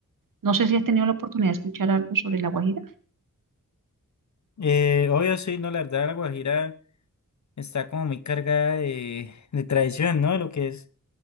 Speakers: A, on the right; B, on the left.
A: No sé si has tenido la oportunidad de escuchar algo sobre La Guajira.
B: Eh, obvio, sí, no, la verdad, la Guajira está como muy cargada de, de tradición, ¿no? Lo que es,